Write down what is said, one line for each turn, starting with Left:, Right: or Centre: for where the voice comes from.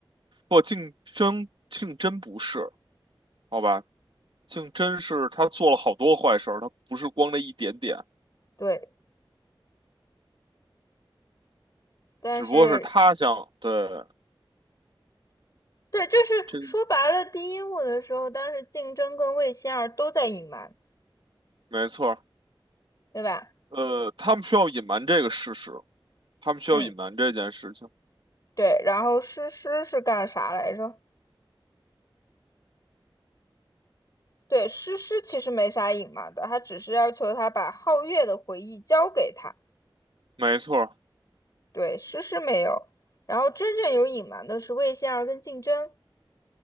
Right: 不，竞争竞争不是，好吧？竞争是他做了好多坏事儿，他不是光这一点点，
Left: 对，但是
Right: 只不过是他想，对，
Left: 对，就是说白了，
Right: 这个
Left: 第一幕的时候，当时竞争跟魏星儿都在隐瞒，
Right: 没错儿。
Left: 对吧？
Right: 呃，他们需要隐瞒这个事实，他们需要隐瞒这件事情，
Left: 嗯，对，然后诗诗是干啥来着？对，诗诗其实没啥隐瞒的，他只是要求他把皓月的回忆交给他。
Right: 没错儿。
Left: 对，诗诗没有。然后真正有隐瞒的是魏仙儿跟竞争。